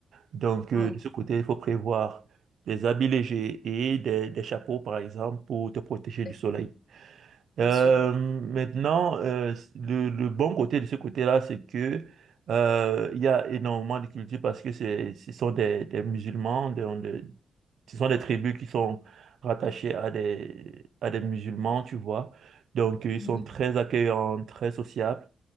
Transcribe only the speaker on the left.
ouais,
ouais,
bien
sûr.
Mhm,